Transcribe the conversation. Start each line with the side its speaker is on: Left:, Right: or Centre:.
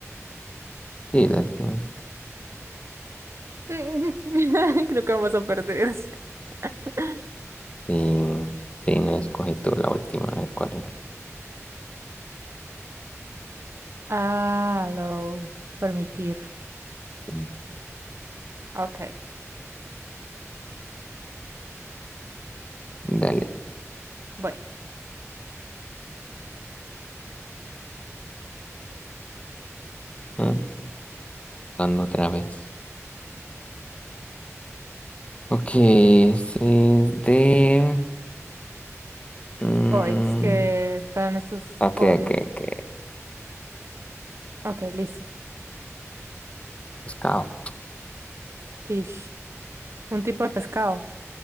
Left: sí, la sí.
Right: <laughs> Creo que vamos a perder. <laughs>
Left: Y de ahí no escoge tú la última, a ver ¿cuál es?
Right: Ah, lo permitir.
Left: Sí,
Right: Ok,
Left: Dale.
Right: voy.
Left: Ah, Dando otra vez. Ok, ese es de. mm,
Right: Voy, es que están estos
Left: ok,
Right: codos.
Left: ok, ok.
Right: Ok, listo.
Left: Pescado.
Right: Fish. Un tipo de pescado.